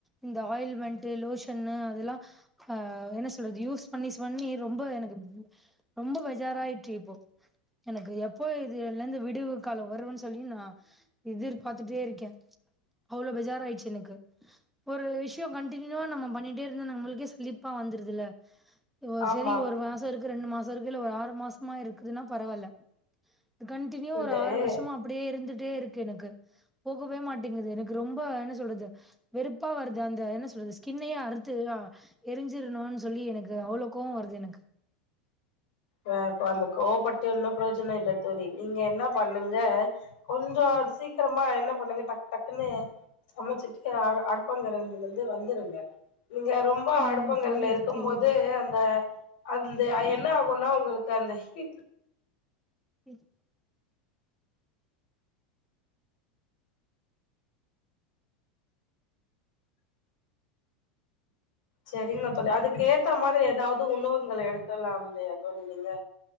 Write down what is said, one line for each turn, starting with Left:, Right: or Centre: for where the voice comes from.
Centre: இந்த ஆயில்மெண்ட் லோஷன்னு அதெல்லா ஆஹ் என்ன சொல்றது யூஸ் பண்ணிஸ் பண்ணி ரொம்ப எனக்கு ரொம்ப பைஜார ஆயிட்ச்சு இப்போ எனக்கு எப்போ இதுலருந்து விடுவு காலம் வரும்ன் சொல்லி நா எதிர்பார்த்துட்டே இருக்க அவ்ளோ பைஜார ஆயிடுச்சு எனக்கு ஒரு விஷயோ கண்டினியூவா நம்ம பண்ணிட்டே இருந்தோ நம்ள்க் ங்க சலிப்பா வந்து ல்ல ஒரு
Left: ஆமா
Centre: சரி ஒரு மாசோ இருக்கு ரெண்டு மாசோ இருக்கு இதுல ஒரு ஆறு மாசமா இருக்குதுன்னா பரவால்ல கண்டனியூ
Left: இந்த
Centre: ஒரு ஆறு வருஷமா அப்டியே இருந்துட்டே இருக் கு எனக்கு போகவே மாட்டேங்குது எனக்கு ரொம்ப என்ன சொல்றது வெறுப்பா வருது அந்த என்ன சொல் அந்த ஸ்கின்னயே அறுத்து ஆஹ் எரிஞ்சிரு ன்னு சொல்லி எனக்கு அவ்ளோ கோவோ வருது எனக்கு
Left: வேப் அந்த கோவப்பட்ட இன்னூ பிரோஜநோ இல்ல தோழி நீங்க என்ன பண்ணுங்க கொஞ்சோ சீக்கிரமா என்ன பண்ணுங்க டக் டக்குன்னு சமைச்சுட்டு அ அடுப்பாங்கறயிலருந்து வந்துருங்க நீங்க ரொம்ப
Centre: ம்
Left: அடுப்பங்கற்ல்ல
Centre: புரியுது
Left: இருக்கும்போது
Centre: புரியுது
Left: அந்த அந்த அயன் போனா உங்களுக்கு அந்த ஹீட்
Centre: ம்
Left: சரிங்க தோலி அதுக்கு ஏத்த மாதிரி ஏதாவது உணவுங்கள எடுக்கலா இல்லயா தோலி நீங்க